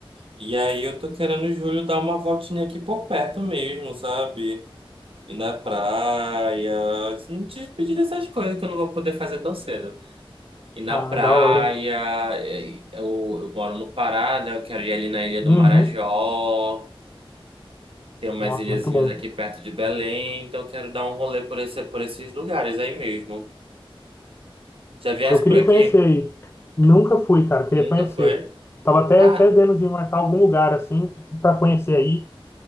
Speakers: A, on the right; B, on the left.
A: E aí eu tô querendo em julho dar uma voltinha aqui por perto mesmo, sabe? Ir na praia, se me despedir dessas coisas que eu não vou poder fazer tão cedo. E na
B: Ah,
A: praia,
B: da hora, hein?
A: é, eu, eu moro no Pará, né? Eu quero ir ali na Ilha do
B: Uhum.
A: Marajó. Tem umas
B: Nossa,
A: ilhazinhas
B: muito bom.
A: aqui perto de Belém, então eu quero dar um rolê por esse, por esses lugares aí mesmo. Já viesse
B: Eu queria
A: por aqui?
B: conhecer aí. Nunca fui, cara. Queria
A: Nunca
B: conhecer.
A: foi?
B: Tava até,
A: Ah,
B: até vendo de marcar algum lugar, assim, pra conhecer aí.